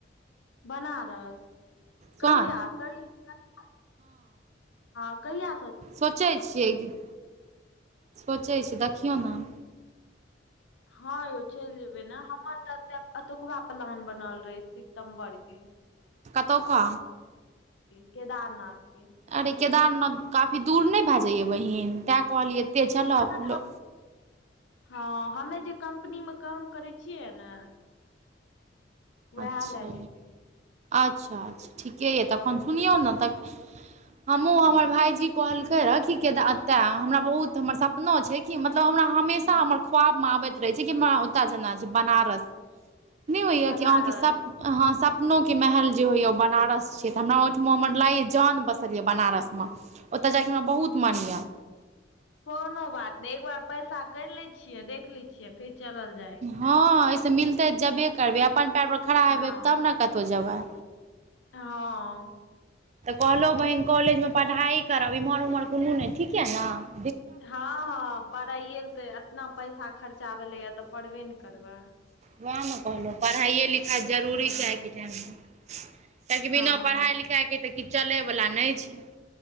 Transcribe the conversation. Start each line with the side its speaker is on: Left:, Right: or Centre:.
Left: बनारस कहिया
Right: स्वान
Left: कइ <inaudible> आ कहिया स
Right: सोचैय छियै एकदिन सोचैय छि देखियौ ने
Left: हँ यौ चलि जेबैय ने <inaudible> एतुकबा प्लान बनल रहैय सितम्बर के ह
Right: कतौका
Left: <inaudible> केदारनाथ के
Right: अरे केदारनाथ काफी दूर नैय भए जाइये बहिन तैँ कहलियै एते
Left: <inaudible>
Right: चलब लो
Left: हँ हमे जे कम्पनी में काम करैय छियै ने उएह
Right: अच्छा
Left: लए जेतै
Right: अच्छा अच्छा ठीके य तब सुनियौ ने तब--हमूँ
Left: हँ
Right: हमर भायजी कहलकै रहय की केदार तेऽ हमरा बहुत हमर सपना छैय कि मतलब हमरा हमेशा
Left: हँ
Right: हमर ख्वाब में आबैत रहै छै कि हमरा ओत जेना छै बनारस नैय होइये
Left: बनारस
Right: कि <unintelligible> हँ सपनो के महल जे होइए ओ बनारस छै तऽ हमरा ओहिठमा हमर लागैए जान बसल यऽ बनारस ओत जायके हमरा बहुत मन यऽ
Left: कोनो बात नैय एकबार पैसा करि लैय छियै देख लैय छियै फेर चलल जाय
Right: हँ अहिसँ मिलतै जेबे करबै अपन पैर पर खड़ा
Left: हँ
Right: हेबै तब न कतहु जेबै
Left: हँ।
Right: तऽ कहलौ बहिन कॉलेज में पढ़ाई करब एम्हर ओम्हर कोनो नहि ठीके न
Left: हँ पढ़ैएल तऽ एतना पैसा खर्चा भेलैए तऽ पढ़बे ने करबैय।
Right: उएह ने कहलहुँ पढ़ाइए लिखाइ जरूरी
Left: हँ
Right: छै आइके टाइम में। कियकि
Left: हँ
Right: बिना पढ़ाइ लिखाइ के तऽ किछ चलय वला नैय छै।